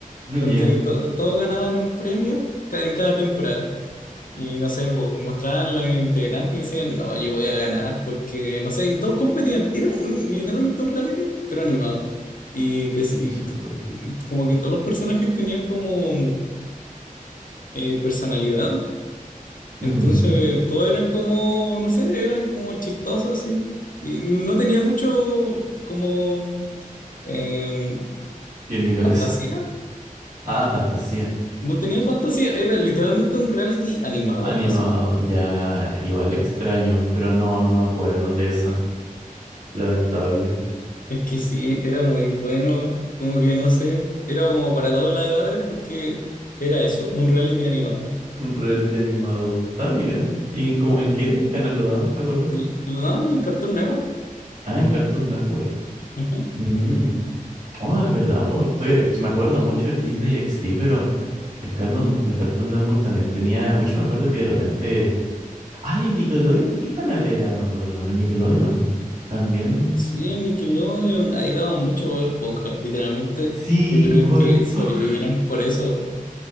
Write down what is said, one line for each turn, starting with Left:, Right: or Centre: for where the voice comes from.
Right: <laughs>
Left: porque
Right: ya.
Left: to- todos ganaban un premio ca- en cada temporada. Y no sé, po, mostraban los integrantes y decían, no, yo voy a ganar, porque no sé, y todos competían. Era un- un- literalmente un reality, pero animado. Y, te- y
Right: Qué chistoso.
Left: to- como que todos los personajes tenían como eh, personalidad entonces,
Right: Ujú.
Left: todos eran como, no sé, eran como chistosos, así. Y no tenía mucho como eh,
Right: Tiene cabeza.
Left: fantasía.
Right: Ah, fantasía.
Left: No tenía fantasía, era literalmente un reality animado,
Right: Animado.
Left: así.
Right: Ya, igual extraño, pero no, no me acuerdo de esa. Lamentable.
Left: Es que sí, era muy bueno, como que no sé, era como para todas las edades porque era eso, un reality animado.
Right: Un reality animado. Está bien. ¿Y en, cómo- en qué en canal lo daban? ¿Te acordás?
Left: L- Lo daban en el Cartoon Network.
Right: Ah, en Cartoon Network.
Left: Ujú.
Right: Mm. Oh, es verdad, po. Estoy- eh, me acuerdo mucho del Disney XD, pero el Carno- el Cartoon Network también tenía. Pues yo me acuerdo que de repente. ¡Ay, el Nickelodeon! ¿Qué canal era? Me acuerdo. El Nickelodeon. También.
Left: En- Sí, en Nickelodeon, ahí daban mucho Bob Esponja, literalmente
Right: Sí,
Left: yo creo
Right: Bob
Left: que
Right: Esponja.
Left: sobrevivieron por eso,